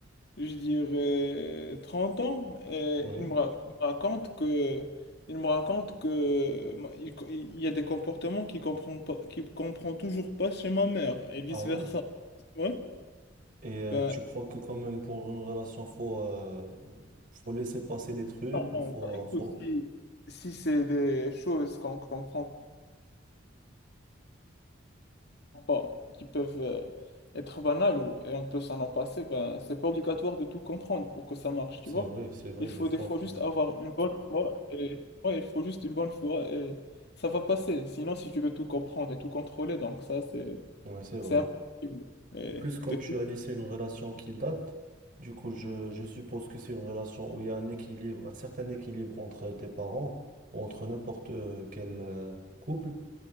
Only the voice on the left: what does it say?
je dirais 30 ans. Et
ils me, ra- ils me racontent que, ils me racontent que ma- il, co- il y a des comportements qu'ils comprend pas, qu'ils comprend toujours pas chez ma mère et vice-versa.
Ouais.
Ben,
ah
non,
bah, écoute,
si, si c'est des choses qu'on comprend pas, qui peuvent euh, être banales ou, et on peut s'en en passer, ben, c'est pas obligatoire de tout comprendre pour que ça marche, tu
vois.
Il faut
des fois juste
avoir une bonne foi et ouais, il faut juste une bonne foi et ça va passer. Sinon, si tu veux tout comprendre et tout contrôler, donc ça, c'est
c'est impossible. Et
t'es-